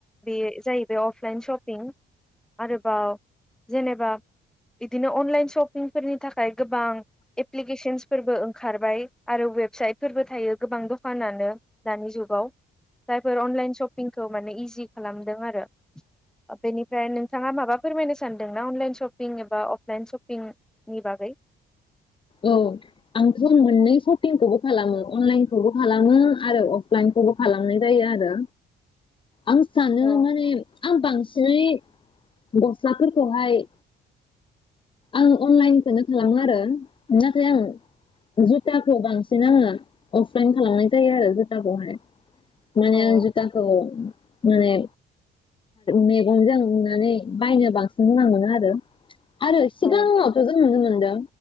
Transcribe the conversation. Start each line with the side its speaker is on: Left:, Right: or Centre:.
Centre: बे जाहैबाय अफलाइन सपिं आरोबाव जेनेबा बिदिनो अनलाइन शपिंफोरनि थाखाय गोबां एप्लिकेसन्सफोरबो ओंखारबाय आरो वेबसाइटफोरबो थायो गोबां दखानानो दानि जुगाव जायफोर अनलाइन शपिंखौ माने इजि खालामदों आरो बेनिफ्राय नोंथाङा माबा फोरमायनो सानदोंना अनलाइन शपिं एबा अफलाइन सपिंनि बागै
Left: औ आंथ मोननै सपिंखौबो खालामो अनलाइनखौबो खालामो आरो अफलाइनखौबो खालामनाय जायो आरो आं सानो
Centre: औ
Left: माने आं बांसिनै गस्लाफोरखौहाय आं अनलाइनखौनो खालामो आरो नाथाय आं जुथाखौ बांसिन आङो अफलाइन खालामनाय जायो आरो जुथाखौहाय माने
Centre: औ
Left: आं जुथाखौ माने मेगनजों नुनानै बायनो बांसिन मोजां मोनो आरो आरो सिगानियावथ'
Centre: औ
Left: जों नुदों मोनदों